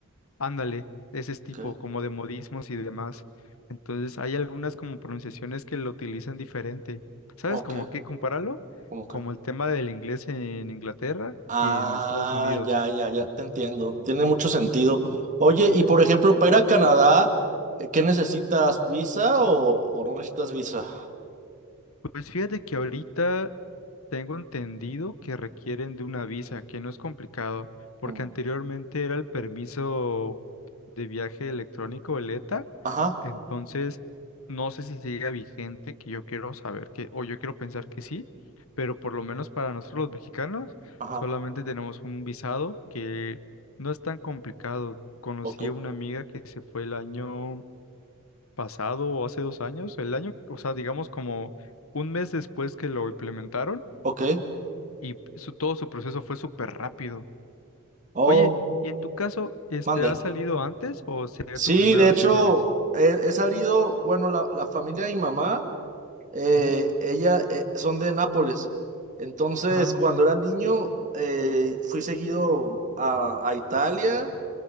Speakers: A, on the left; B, on the right.
A: Ándale, de ese tipo,
B: ok,
A: como de modismos y demás. Entonces, hay algunas como pronunciaciones que lo utilizan diferente. ¿Sabes
B: ok,
A: cómo qué? Compáralo
B: cómo que.
A: como el tema del inglés en Inglaterra
B: Ah,
A: y en Estados Unidos.
B: ya, ya, ya te entiendo. Tiene mucho sentido. Oye, y por ejemplo, para ir a Canadá, eh, ¿qué necesitas? ¿Visa o, o no necesitas visa?
A: Pues fíjate que ahorita tengo entendido que requieren de una visa, que no es complicado, porque
B: Mm.
A: anteriormente era el permiso de viaje electrónico, el ETA,
B: Ajá,
A: entonces no sé si sigue vigente, que yo quiero saber que, o yo quiero pensar que sí, pero por lo menos para nosotros los mexicanos
B: ajá,
A: solamente tenemos un visado que no es tan complicado. Conocí
B: ok,
A: a una amiga que se fue el año pasado o hace dos años, el año, o sea, digamos como un mes después que lo implementaron
B: ok.
A: y su, todo su proceso fue súper rápido.
B: Oh,
A: Oye, ¿y en tu caso, este,
B: mande.
A: has salido antes o sería
B: Sí,
A: tu primera
B: de
A: vez
B: hecho,
A: que sales?
B: he, he salido, bueno, la, la familia de mi mamá, eh,
A: Ujú.
B: ella eh, son de Nápoles. Entonces,
A: Ah,
B: cuando
A: mira.
B: era niño, eh, fui seguido a, a Italia